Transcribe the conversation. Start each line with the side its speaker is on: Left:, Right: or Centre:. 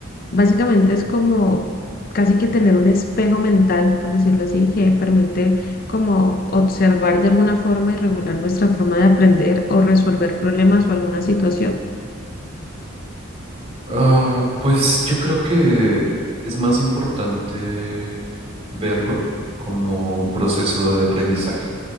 Left: básicamente es como casi que tener un espejo mental, por decirlo así, que permite como observar de alguna forma y regular nuestra forma de aprender o resolver problemas o alguna situación.
Right: Ah, pues yo creo que es más importante verlo como un proceso de aprendizaje.